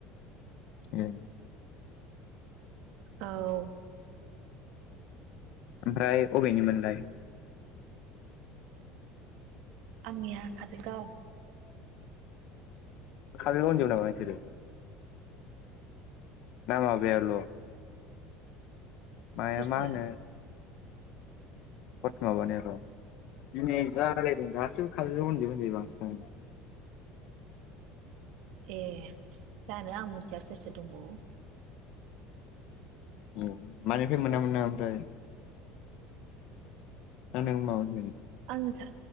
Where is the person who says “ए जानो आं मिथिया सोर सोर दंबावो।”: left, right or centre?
Right